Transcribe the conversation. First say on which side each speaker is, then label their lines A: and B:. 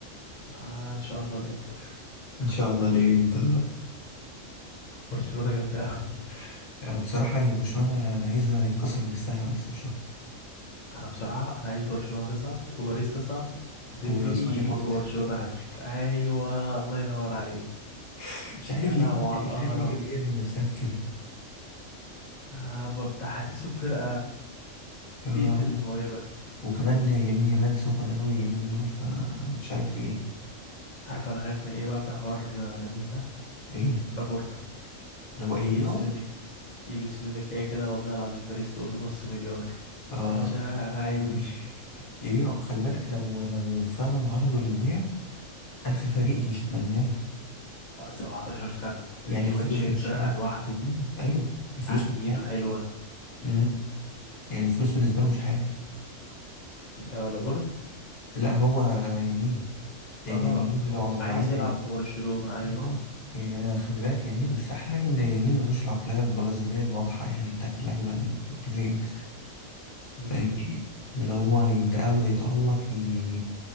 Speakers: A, on the left; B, on the left.
A: آه ان شاء الله الانتر
B: ان شاء الله
A: برشلونه
B: ليه انت
A: برشلونه جامده أوي.
B: <laughs> بصراحه هي برشلونه انا عايزها يتكسر نفسها بس مش اكتر
A: انا بصراحه انا عايز برشلونه تصعد وباريس تصعد وديمبلي
B: وعثمان
A: يجيب
B: يحط
A: في برشلونه هاتريك ايوه الله ينور عليك
B: <laughs> مش عارف
A: يا
B: ليه
A: لهوي
B: مش
A: على القهره
B: عارف ليه الجماهير نفسها في كده
A: آه بتاع حاسسهم فرقه
B: آه.
A: تقتل الموهبه
B: وكمان يمين يمال سخن قوي اليومين دول فمش عارف ايه
A: عارف انا خايف من ايه بقى في حوار آه، لامين ده
B: ايه
A: لابورتا
B: لو هيبيعوا
A: يجي السيزون يجي السيزون الجاي كده والله العظيم باريس تقول له نص مليار
B: اه
A: يا باشا انا عيوني
B: يبيعوا
A: <laughs>
B: يبيعوا خلي بالك لو لو فعلا عرضوا للبيع ألف فريق يتمناه
A: آه، 17 سنة
B: يعني
A: الواد
B: الفلوس
A: شايل
B: مش
A: الفرقة
B: حاجة
A: لوحده
B: مم. أيوه الفلوس
A: عقليته
B: مش حاجة
A: حلوة امم
B: مم. يعني الفلوس بالنسبة له مش حاجة
A: آه لابورت
B: لا هو يمين يعني
A: اه
B: اللي هو لو
A: هو
B: لو
A: عايز
B: عايز
A: يلعب
B: ي-
A: في برشلونة ايوه
B: اه يعني انا خلي بالك يمين بس احلى حاجه ان يمين ملوش العقليه البرازيليه الواضحه يعني بتاعت اللعيبه ديت فاهمني
A: امم
B: اللي هو يتألق يتألق ي...